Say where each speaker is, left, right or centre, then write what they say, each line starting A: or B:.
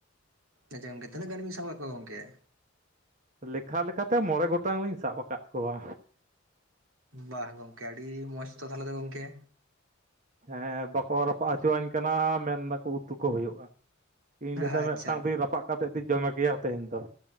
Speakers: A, on the right (about 80°); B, on the right (about 40°).
A: ᱟᱪᱪᱷᱟ ᱜᱚᱢᱠᱮ ᱛᱤᱱᱟᱹᱜ ᱜᱟᱱᱵᱤᱱ ᱥᱟᱵ ᱟᱠᱟᱫ ᱠᱚᱣᱟ ᱜᱚᱢᱠᱮ
B: ᱞᱮᱠᱷᱟ ᱞᱮᱠᱷᱟᱛᱮ ᱢᱚᱬᱮ ᱜᱚᱴᱟᱝ ᱞᱤᱧ ᱥᱟᱵ ᱟᱠᱟᱫ ᱠᱚᱣᱟ᱾
A: ᱵᱟᱦ ᱜᱚᱝᱠᱮ ᱟᱹᱰᱤ ᱢᱚᱸᱡᱽ ᱛᱚ ᱛᱟᱦᱚᱞᱮ ᱫᱚ ᱜᱚᱝᱠᱮ
B: ᱦᱮᱸ ᱵᱟᱠᱚ ᱨᱟᱯᱟᱜ ᱦᱚᱪᱚᱣᱟᱹᱧ ᱠᱟᱱᱟ ᱢᱮᱱᱫᱟᱠᱚ ᱩᱛᱩ ᱠᱚ ᱦᱩᱭᱩᱜ-ᱟ᱾ ᱤᱧ
A: ᱟᱪᱪᱷᱟ
B: ᱞᱟᱹᱭᱫᱟ ᱢᱤᱫᱴᱟᱝ ᱫᱩᱧ ᱨᱟᱯᱟᱜ ᱠᱟᱛᱮᱫ ᱫᱩᱧ ᱡᱚᱢᱮᱜᱮᱭᱟ ᱛᱮᱦᱮᱧ ᱫᱚ᱾